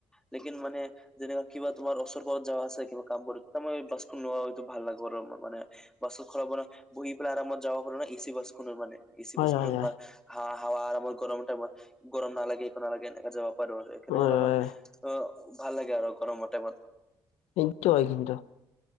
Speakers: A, in the centre; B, on the left (about 85°).
A: লেকিন মানে যেনেকা কিবা তোমাৰ ওচৰত কৱা যাৱা আছে কিবা কাম কৰিম, তেতিয়া মই বাছখন নোৱা হয়তো ভাল লাগে আৰু মানে বাছত <unintelligible> বহি পেলাই আৰামত যাব পাৰো ন এ চি বাছ খন মানে। এ চি
B: হয়
A: বাচ
B: হয়
A: তুমাৰ
B: হয়
A: হা-হাৱা আৰামত গৰমৰ টাইমত গৰম নালাগে একো নালাগে এনেকে জাব পাৰোঁ আৰু এইখিনি
B: হয়
A: অলপমান
B: হয়,
A: অ', ভাল লাগে আৰু গৰমৰ টাইমত।
B: এইটো হয় কিন্তু।